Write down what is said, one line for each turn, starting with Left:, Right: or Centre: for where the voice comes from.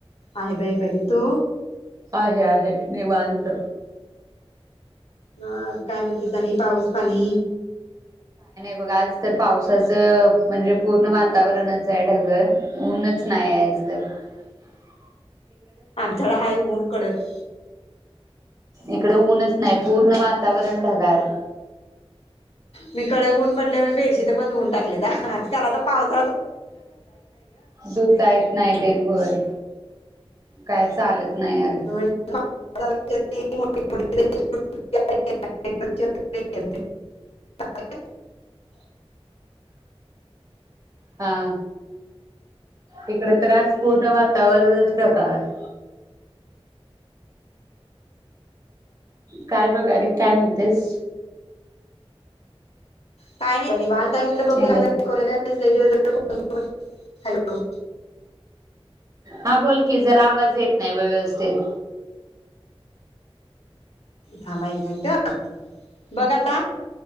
Left: आहे बाई बरी तू?
Right: आहे आहे निवांत.
Left: हं काय म्हणते <unintelligible> पाऊस पाणी
Right: बघा आज तर पावसाचं म्हणजे पूर्ण वातावरणच हाय ढगळ ऊनच नायाय. <inaudible>
Left: आमच्याड हाय ऊन कडक
Right: इकड ऊनच नाई पूर्ण वातावरण ढगाळ
Left: मी कडक उन पडलय म्हणून बेडशीत पण धऊन टाक लेता <inaudible>
Right: दुता येत नाय तेनं होय. काय चालत
Left: <inaudible>
Right: नाही अगं
Left: <inaudible>
Right: हा, इकडे तर आज. पूर्ण वातावरणच ढगाळ आहे. काय बागारे काय म्हणतेस
Left: काय नाही, बग निवांत. म्हट बघ
Right: हॅलो
Left: दिवो कर हॅलो
Right: हा बोल की जरा आवाज येत नाही ब व्यवस्थित
Left: थांबा एक मिनिट बघ आता